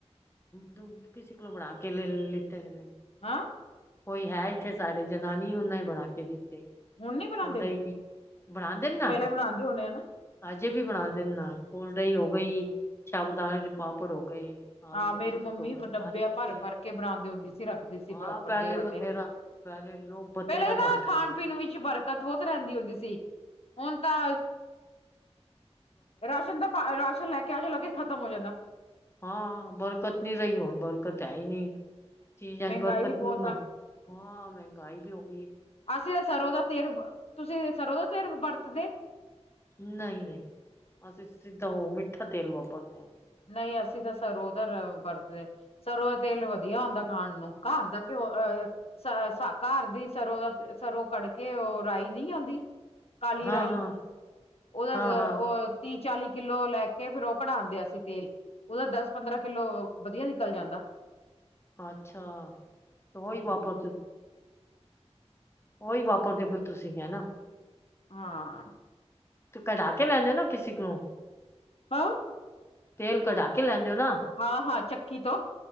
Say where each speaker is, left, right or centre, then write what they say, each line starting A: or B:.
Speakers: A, on the left (about 25°); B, on the left (about 60°).
A: ਦ ਕਿਸੀ ਕੋਲ ਬੜਾ ਕੇ ਲ ਲਿੱਤੇ ਨੇ
B: ਹਾਂ
A: ਕੋਈ ਹੈ ਇੱਥੇ ਸਾਡੇ ਜਨਾਨੀ ਉਹਨਾ ਨੇ ਬਣਾ ਕੇ ਦਿੱਤੇ
B: ਹੁਣ ਨੀ ਬਣਾਦੇ
A: ਕੋਲਹੀ ਬਣਾ ਦਿੰਦਾ
B: ਪਹਿਲੇ ਬਣਾਦੇ ਹੋਣੇ ਹਨਾ
A: ਅਜੇ ਵੀ ਬਣਾ ਦਿੰਦਾ ਕੋਲਡ ਡਿੰਕ ਹੋ ਗਈ
B: ਹੂੰ
A: ਸ਼ਾਗੁਦਣੇ ਦੇ ਪਾਪੜ ਹੋ ਗਏ ਹਾਲ
B: ਹਾਂ ਮੇਰੀ
A: ਚ
B: ਮੰਮੀ
A: ਹੋ ਗਏ
B: ਡੱਬੇ
A: ਹਰ ਇੱਕ
B: ਭਰ-ਭਰ
A: ਚੀ
B: ਕੇ ਬਣਾਦੀ ਹੁੰਦੀ ਸੀ ਰੱਖਦੀ ਸੀ
A: ਹਾਂ
B: ਵੱਡੇ-ਵੱਡੇ
A: ਪਹਿਲੇ ਬਥੇਰਾ ਪਹਿਲੇ ਲੋਕ ਬਥੇਰਾ
B: ਪਹਿਲੇ
A: ਬਣਾਦੇ
B: ਤਾਂ ਖਾਣ
A: ਹੀ ਨੇ
B: ਪੀਣ <unintelligible> ਬਹੁਤ ਰਹਿੰਦੀ ਹੁੰਦੀ ਸੀ ਹੁਣ ਤਾਂ ਰਾਸ਼ਨ ਦਾ ਰਾਸ਼ਨ ਲੈ ਕੇ ਆ ਜਾਓ ਲੱਗੇ ਖ਼ਤਮ ਹੋ ਜਾਂਦਾ
A: ਹਾਂ ਬਰਕਤ ਨਹੀਂ ਰਹੀ ਹੁਣ ਬਰਕਤ ਹੈ ਹੀ ਨਹੀਂ ਚੀਜ਼ਾਂ
B: ਮਹਿੰਗਾਈ
A: ਬਰਕਤ
B: ਵੀ ਬਹੁਤ
A: ਨਹੀਂ ਹਾਂ
B: ਆ
A: ਮਹਿੰਗਾਈ ਵੀ ਹੋ ਗਈ ਹੈ
B: ਅਸੀਂ ਤਾਂ ਸਰੋਂ ਦਾ ਤੇਿਰ ਤੁਸੀਂ ਸਰੋਂ ਦਾ ਤੇਿਰ ਵਰਤਦੇ
A: ਨਹੀਂ ਨਹੀਂ ਅਸੀਂ ਸਿੱਧਾ ਉਹ ਮਿੱਠਾ ਤੇਲ ਵਾਪਰਨਾ ਅਸੀਂ
B: ਨਹੀਂ ਅਸੀਂ ਤਾਂ ਸਰੋ ਉਹਦਾ ਵਰਤਦੇ ਸਰੋਂ ਦਾ ਤੇਲ ਵਧੀਆ ਹੁੰਦਾ ਖਾਣ ਨੂੰ ਘਰ ਦਾ ਘਿਓ ਅਹ ਘਰ ਦੀ ਸਰੋਂ ਦਾ ਸਰੋਂ ਕੱਢ ਕੇ ਉਹ ਰਾਈ ਨਹੀਂ ਆਉਂਦੀ ਕਾਲੀ
A: ਹਾਂ
B: ਰਾਈ
A: ਹਾਂ
B: ਉਹਦਾ
A: ਹਾਂ ਹਾਂ
B: ਉਹ ਤੀਹ ਚਾਲੀ ਕਿੱਲੋ ਲੈ ਕੇ ਫੇਰ ਉਹ ਕਢਾਂ ਦਿਆ ਸੀ ਤੇਲ ਉਹਦਾ ਦਸ ਪੰਦਰਾਂ ਕਿੱਲੋ ਵਧੀਆ ਨਿਕਲ ਜਾਂਦਾ
A: ਅੱਛਾ ਉਹੀ
B: ਹਾਂ
A: ਵਾਪਰ ਉਹੀ ਵਾਪਰਦੇ ਫਿਰ ਤੁਸੀਂ ਹੈ ਨਾ
B: ਹਾਂ
A: ਤੂੰ ਕਢਾ ਕੇ ਲੈਂਦੇ ਨਾ ਕਿਸੇ ਨੂੰ
B: ਹੈਂ
A: ਤੇਲ ਘਡਾ ਕੇ ਲੈਣ ਜਾਓ ਨਾ
B: ਹਾਂ ਹਾਂ ਚੱਕੀ ਤੋਂ